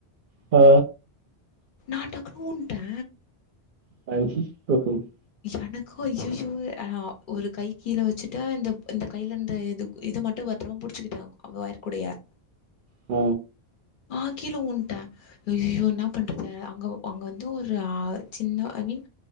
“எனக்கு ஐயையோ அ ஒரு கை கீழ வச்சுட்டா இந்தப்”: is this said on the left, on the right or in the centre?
Left